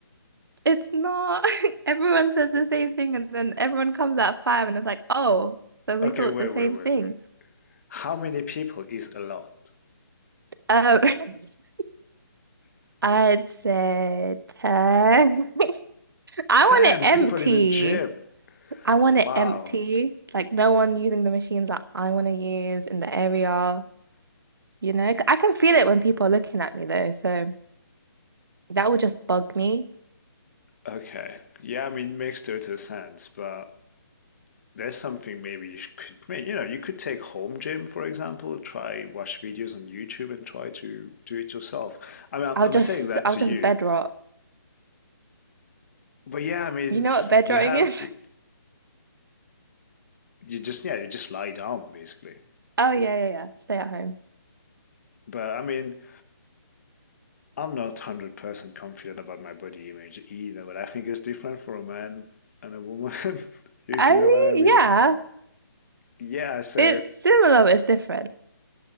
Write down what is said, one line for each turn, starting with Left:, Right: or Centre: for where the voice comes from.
Right: <laughs> it's not <laughs> everyone says the same thing and then everyone comes at 5 and it's like, "Oh, so we
Left: Okay,
Right: thought
Left: wait,
Right: the
Left: wait,
Right: same
Left: wait,
Right: thing."
Left: wait. How many people is a lot?
Right: Um, <laughs> I'd say 10. <laughs> I
Left: 10
Right: want it empty.
Left: people in the gym.
Right: I want
Left: Wow.
Right: it empty, like no one using the machines that I want to use in the area, you know? 'Cause I can feel it when people are looking at me though, so that would just bug me.
Left: Okay. Yeah, I mean, makes total sense, but there's something maybe you could make. You know, you could take home gym, for example, try watch videos on YouTube and try to do it yourself. I mean, I'm,
Right: I'll
Left: I'm
Right: just
Left: saying that
Right: I'll
Left: to
Right: just
Left: you.
Right: bed rot.
Left: But yeah, I mean,
Right: You know what bed
Left: you
Right: rotting
Left: have,
Right: is?
Left: you
Right: <laughs>
Left: just, yeah, you just lie down basically.
Right: Oh yeah, yeah, yeah. Stay at home.
Left: But I mean, I'm not 100% confident about my body image either, but I think it's different for a man and a woman, <laughs> if
Right: I
Left: you
Right: mean,
Left: know what I mean.
Right: yeah,
Left: Yeah, so
Right: it's similar, but it's different.